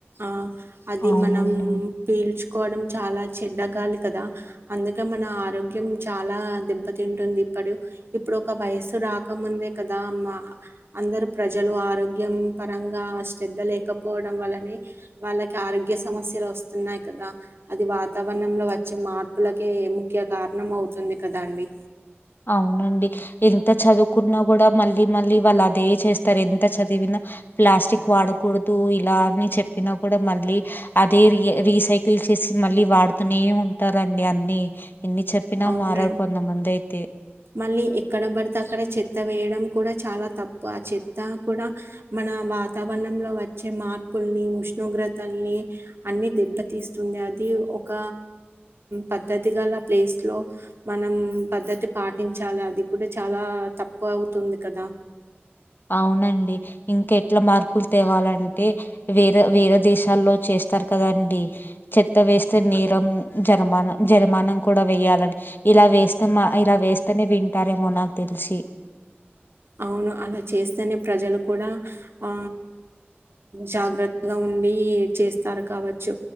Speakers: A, on the right; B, on the left.
A: ఆ అది
B: అవునండి
A: మనం పీల్చుకోవడం చాలా చెడ్డగాలి కదా అందుకే మన ఆరోగ్యం చాలా దెబ్ త తింటుంది ఇప్పుడు ఇప్పుడు ఒక వయసు రాకముందే కదా మా అందరు ప్రజలు ఆరోగ్యం పరంగా శ్రధ లేకపోవడం వలనే వాళ్ళకి ఆరోగ్య సమస్యలు వస్తున్నాయి కదా అది వాతావరణంలో వచ్చే మార్పులకే ముఖ్య కారణం అవుతుంది కదా అండి
B: అవునండి ఎంత చదువుకున్నా కూడా మళ్ళీ మళ్ళీ వాళ్ళు అదే చేస్తారు ఎంత చదివినా ప్లాస్టిక్ వాడకూడదు ఇలా అని చెప్ప చెప్పినా కూడా మళ్ళీ అదే ర రీసైకిల్ చేసి మళ్ళీ వాడుతూనే ఉంటారంండి అన్ని ఎన్ని చెప్పినా
A: అవునండి.
B: మారారు కొంతమంది అయితే
A: మళ్ళీ ఎక్కడ పడితే అక్కడ చెత్త వేయడం కూడా చాలా తప్పు ఆ చెత్త కూడా మన వాతావరణంలో వచ్చే మార్పుల్ని ఉష్ణోగ్రతల్ని అన్ని దెబ్బతీస్తుంది అది ఒక పద్ధతి గల ప్లేస్ ఇట్ లో మనం పద్ధతి పాటించాలి అది కూడా చాలా తక్కువ అవుతుంది కదా
B: అవునండి ఇంకె ఇట్లా మార్పులు తేవాలంటే వేరే వేరే దేశాల్లో చేస్తారు కదండి చెత్త వేస్తే నేరం జరమాన జరిమాన కూడా వేయాల ఇలా వేస్తే మా ఇలా వేస్తేనే వింటారేమో నాకు తెలిసి
A: అవును అలా చేస్తేనే ప్రజలు కూడా ఆ జాగ్రత్తగా ఉండి చేస్తారు కావచ్చు